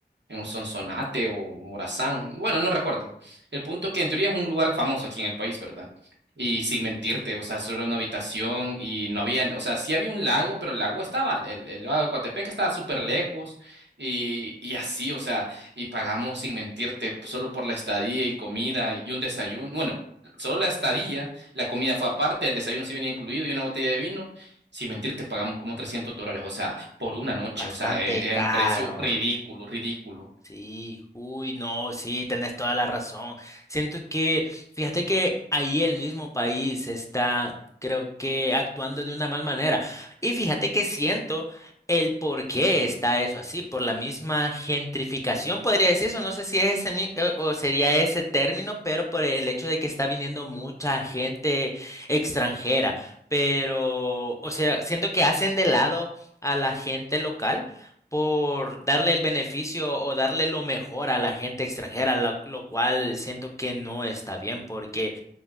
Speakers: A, on the right; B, on the left.
A: un Sonsonate o Morazán, bueno, no recuerdo. El punto que en teoría es un lugar famoso aquí en el país, ¿verdad? Y sin mentirte, o sea, solo era una habitación y no había, o sea, sí había un lago, pero el lago estaba, el, el lago de Coatepec estaba súper lejos y, y así, o sea, y pagamos sin mentirte solo por la estadía y comida y un desayuno, bueno, solo la estadía, la comida fue aparte, el desayuno sí venía incluido y una botella de vino, sin mentirte pagamos como 300 dólares, o sea, por una noche.
B: Bastante
A: O sea, es, es
B: caro.
A: un precio ridículo, ridículo.
B: Sí, uy, no, sí, tenés toda la razón. Siento que, fíjate que ahí el mismo país está, creo que, actuando de una mal manera. Y fíjate que siento el por qué está eso así, por la misma gentrificación, podría decir eso, no sé si es ese mi- eh, o sería ese término, pero por el hecho de que está viniendo mucha gente extranjera. Pero, o sea, siento que hacen de lado a la gente local por darle el beneficio o darle lo mejor a la gente extranjera, la- lo, cual siento que no está bien porque,